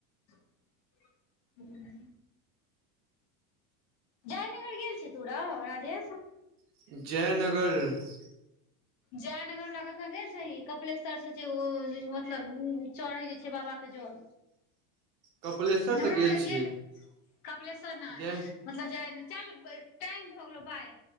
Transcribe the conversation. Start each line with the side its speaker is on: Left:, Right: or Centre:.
Left: हाँ जयनगर गेल छी तू रौ राजेश
Right: जयनगर
Left: जयनगर वाला गंगा गेल छहि कपिलेश्वर से जे ओ मतलब चढ़ै जे छै बाबा के जोल
Right: कपिलेश्वर
Left: हमरा
Right: तऽ
Left: हो
Right: छियै
Left: गेल कपिलेश्वर नाथ
Right: जय
Left: मतलब जाइ चल टाइम भऽ गेलो बाय